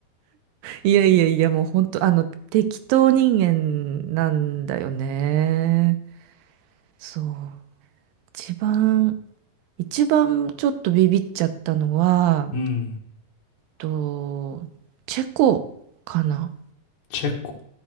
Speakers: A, on the right (about 80°); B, on the left (about 75°).
A: いやいやいや、もう本当、あの、適当人間なんだよね。そう。一番、一番ちょっとビビっちゃったのは、
B: うん。
A: と、チェコかな
B: チェコ。